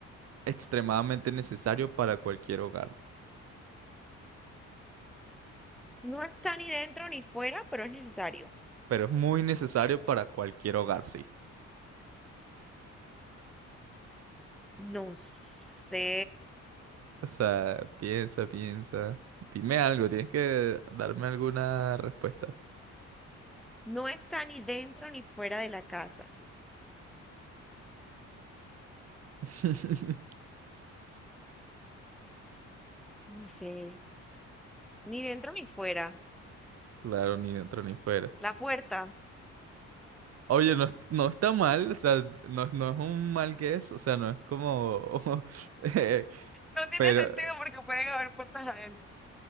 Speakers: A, on the right; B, in the centre.
A: extremadamente necesario para cualquier hogar?
B: No está ni dentro ni fuera, pero es necesario.
A: Pero es muy necesario para cualquier hogar, sí.
B: No sé.
A: O sea, piensa, piensa. Dime algo, tienes que darme alguna respuesta.
B: No está ni dentro ni fuera de la casa.
A: <laughs>
B: No sé. Ni dentro ni fuera.
A: Claro, ni dentro ni fuera.
B: La puerta.
A: Oye, no, es- no está mal, o sea, no, no es un mal que es, o sea, no es como... <laughs> eh,
B: No tiene
A: pero,
B: sentido porque pueden haber puertas adentro.